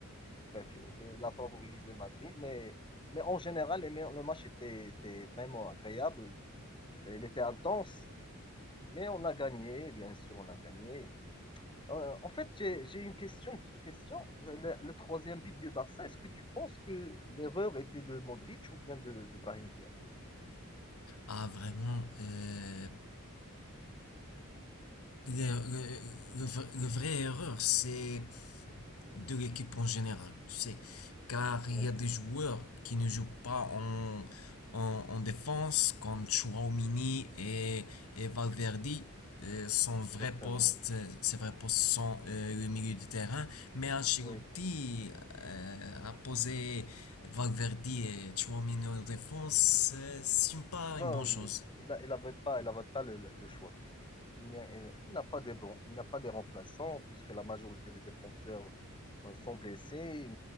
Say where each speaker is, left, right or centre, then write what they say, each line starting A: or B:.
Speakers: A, on the left; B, on the left.
A: bref, il était, il a favorisé Madrid, mais, mais en général, les- le match était, était vraiment agréable. Il était intense. Mais on a gagné, bien sûr, on a gagné. Euh, en fait, j'ai j'ai une question, une petite question. Le, le troisième but du Barça, est-ce que tu penses que l'erreur était de Modric ou bien de, de Brahim Diaz?
B: Ah vraiment, euh, Le, le, le vrai- le vrai erreur, c'est de l'équipe en général, tu sais. Car
A: Oui,
B: il y a des joueurs qui ne jouent pas en, en, en défense, comme Chouamini et, et Valverde. Euh, son vrai
A: exactement,
B: poste,
A: oui.
B: euh, ses vrais postes sont euh, le milieu de terrain. Mais Ancelotti
A: Oui.
B: euh, a posé Valverde et Chouamini en défense. euh, c'est pas
A: Bah,
B: une bonne
A: euh,
B: chose.
A: il n'avait il avait pas, il avait pas le, le- le choix. Il n'y a- il- il n'a pas des bons, il n'a pas des remplaçants, puisque la majorité des défenseurs euh, sont blessés.